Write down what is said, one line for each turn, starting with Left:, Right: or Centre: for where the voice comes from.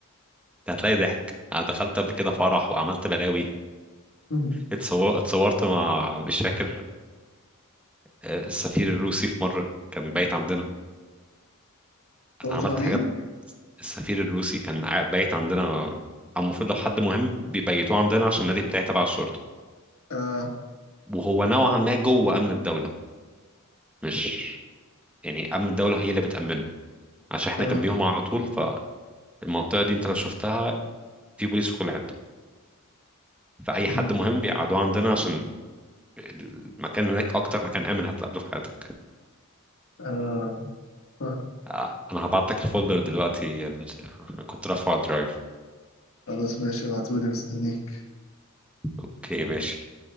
Centre: هتلاقي ضحك انا دخلت قبل كده فرح وعملت بلاوي
Left: <laughs>
Centre: اتصور... اتصورت مع مش فاكر آه، السفير الروسي في مرة كان بايت عندنا
Left: دورت
Centre: انا عملت
Left: مع مين؟
Centre: حاجات السفير الروسي كان قاعد- بايت عندنا او المفروض لو حد مهم بيبيتوه عندنا عشان النادي بتاعي تبع الشرطة
Left: اه
Centre: وهو نوعا ما جوه امن الدوله مش يعني امن الدوله هي اللي بتامنه عشان احنا
Left: اه
Centre: جنبيهم على طول فالمنطقه دي انت لو شفتها في بوليس في كل حته فاي
Left: مم.
Centre: حد مهم بيقعدوه عندنا عشان المكان هناك اكتر مكان امن هتقابله في حياتك
Left: آه. <laughs>
Centre: آه، انا هبعت لك الفولدر دلوقتي <laughs> أنا كنت رافعه درايف
Left: خلاص ماشي ابعتولي مستنيك
Centre: اوكي ماشي